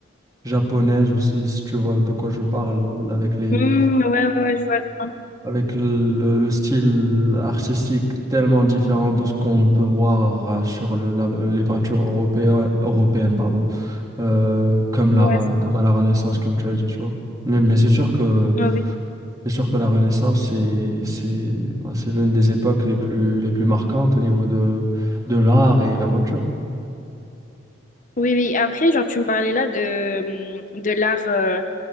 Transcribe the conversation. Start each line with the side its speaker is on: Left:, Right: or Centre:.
Right: japonaise aussi, si tu vois de quoi je parle, avec les
Left: Hmm, ouais, ouais, ouais, je vois. je
Right: avec le, le style artistique tellement différent de ce qu'on peut voir euh, sur la- les peintures européen- européennes, pardon, euh, comme
Left: vois.
Right: la, Re-
Left: Ouais.
Right: comme à la Renaissance, comme tu as dit, tu vois. Mais, mais c'est sûr que,
Left: Oui.
Right: c'est sûr que la Renaissance, c'est, c'est, ben, c'est l'une des époques les plus, les plus marquantes au niveau de, de l'art et la peinture.
Left: Oui, oui. Après, genre, tu me parlais là de, mmh, de l'art euh,